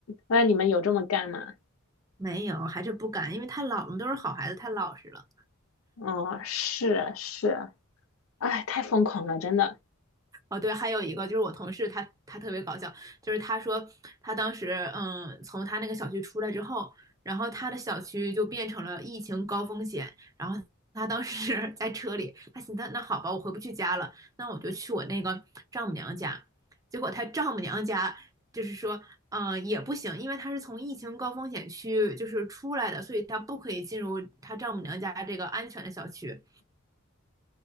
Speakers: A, on the left; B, on the right.
A: 那你们有这么干吗？
B: 没有，还是不敢，因为太老，我们都是好孩子，太老实了。
A: 嗯，是是，哎，太疯狂了，真的，
B: 哦，对，还有一个就是我同事他，他特别搞笑，就是他说他当时嗯，从他那个小区出来之后，然后他的小区就变成了疫情高风险，然后他当时 <laughs> 在车里，他寻思那好吧，我回不去家了，那我就去我那个丈母娘家，结果他丈母娘家就是说。嗯，也不行，因为他是从疫情高风险区就是出来的，所以他不可以进入他丈母娘家这个安全的小区。